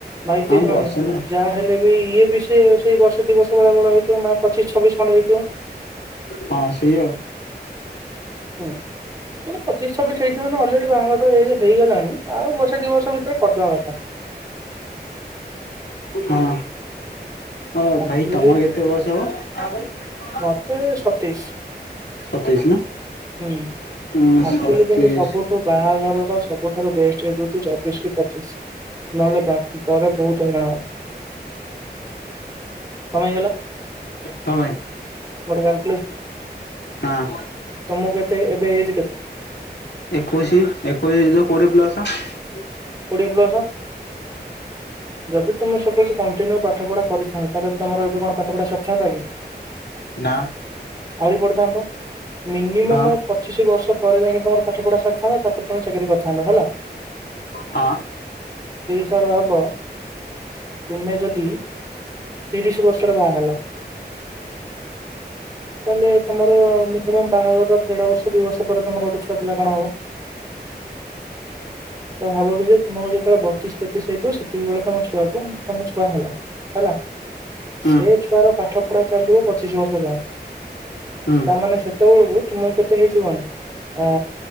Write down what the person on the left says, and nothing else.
ହଁ
ବର୍ଷେ ନା।
ହଁ ସେଇଆ ଆଉ।
ହଁ ଅ
ଭାଇ ତମର କେତେ ବୟସ ହବ
ସତେଇଶ ନା?
ଉଁ
ସତେଇଶ
ହଁ ଭାଇ
ହଁ
ଏକୋଇଶି ଏକୋଇଶି ଯ କୋଡିଏ ପ୍ଲସ ହ
ନା
ହଁ।
ହଁ
ହୁଁ
ହୁଁ